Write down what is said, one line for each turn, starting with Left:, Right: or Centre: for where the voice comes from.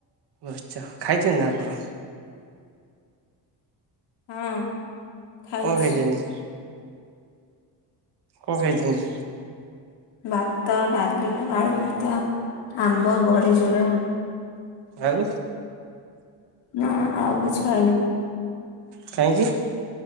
Right: ବସିଛ, ଖାଇଛନ୍ତି ନା ଆପଣ?
Left: ହଁ। ଖାଇଛି।
Right: କଣ ଖାଇଛନ୍ତି? କଣ ଖାଇଛନ୍ତି?
Left: ଭାତ, ଡ଼ାଲି, ଆଳୁ ଭର୍ତା ଆମ୍ବ, ବଡିଚୁରା।
Right: ଆଉ?
Left: ନା ଆଉ କିଛି ଖାଇନି।
Right: କାହିଁକି